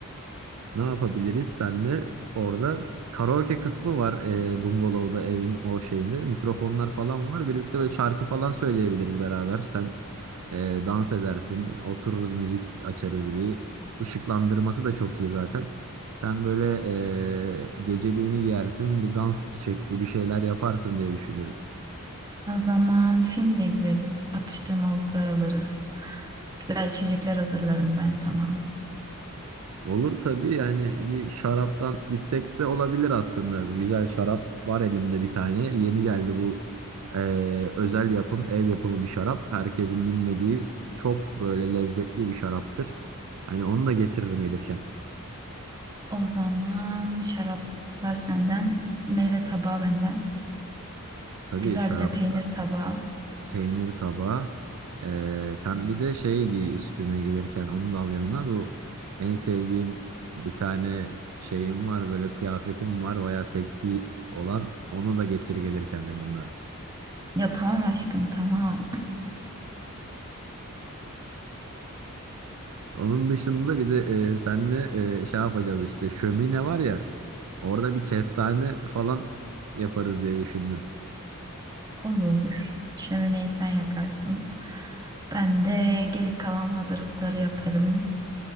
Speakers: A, on the right; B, on the right.
A: Ne yapabiliriz senle? Orada karaoke kısmı var e, bungalovda evin o şeyinde. Mikrofonlar falan var. Birlikte böyle şarkı falan söyleyebiliriz beraber. Sen e, dans edersin. Otururuz müzik açarız bir. Işıklandırması da çok iyi zaten. Sen böyle e, geceliğini giyersin. Bir dans şekli bir şeyler yaparsın diye düşünüyorum.
B: O zaman film de izleriz, atıştırmalıklar alırız. Güzel içecekler hazırlarım ben sana.
A: Olur tabii yani bir şaraptan gitsek de olabilir aslında. Güzel şarap var elimde bir tane. Yeni geldi bu eee, özel yapım, ev yapımı bir şarap. Herkesin bilmediği çok böyle lezzetli bir şaraptır. Hani onu da getiririm gelirken.
B: O zaman şaraplar senden, meyve tabağı benden.
A: Tabii
B: Güzel
A: şarapla
B: bir de peynir tabağı.
A: peynir tabağı. Eee, sen bir de şey giy üstüne gelirken onu da al yanına. Bu en sevdiğim bir tane şeyim var böyle kıyafetim var. Baya seksi olan onu da getir gelirken yanında.
B: Ya tamam aşkım tamam.
A: Onun dışında bir de e, senle e, şey yapacağız işte şömine var ya orada bir kestane falan yaparız diye düşündüm.
B: Olur. Şömineyi sen yakarsın. Ben de geri kalan hazırlıkları yaparım.